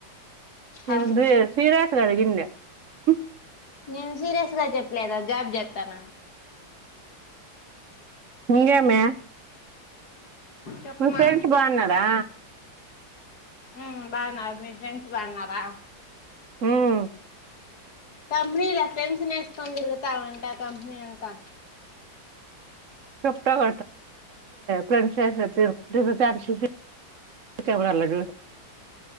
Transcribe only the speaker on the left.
అవును
నేను సీరియస్ గా చెప్పలేదా జాబ్ చేత్తన
చెప్పమా
ఉం బాగున్నారు మీ ఫ్రెండ్స్ బాగున్నారా
కంపనీలా ఫ్రెండ్స్ ని ఏసుకొని తిరుగుతూ ఉంట కంపేనీ అంతా